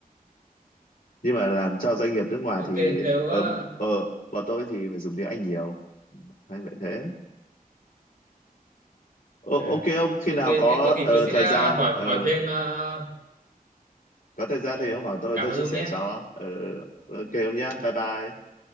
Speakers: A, on the left; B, on the right.
A: nhưng mà làm cho doanh nghiệp nước ngoài
B: ok
A: thì
B: nếu
A: ở
B: ờ,
A: ở bọn tôi thì phải dùng tiếng Anh nhiều hay vậy thế Ô,
B: à,
A: ok ông khi
B: ok
A: nào
B: thế
A: có
B: có gì
A: ờ,
B: tôi sẽ
A: thời gian
B: hỏi
A: ờ,
B: hỏi thêm ờ,
A: có thời gian
B: ờ,
A: thì ông hỏi tôi
B: cảm
A: tôi
B: ơn
A: chia
B: ông
A: sẻ
B: nhé
A: cho Ờ, ờ, ok ông nhá bye bye